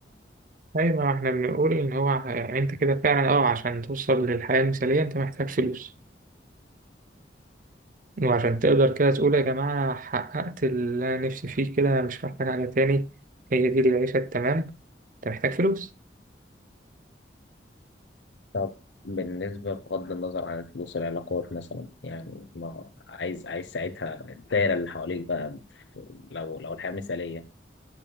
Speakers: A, on the right (about 45°); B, on the left (about 80°).
A: أيوة ما إحنا بنقول إن هو ع- أنت كده فعلا أه عشان توصل للحياة المثالية أنت محتاج فلوس وعشان تقدر كده تقول يا جماعة أنا حققت اللي أنا نفسي فيه كده أنا مش محتاج حاجة تاني هي دي العيشة التمام أنت محتاج فلوس
B: طب بالنسبة بغض النظر عن الفلوس العلاقات مثلا يعني ما عايز عايز ساعتها الدايرة اللي حواليك بقى لو لو الحياة مثالية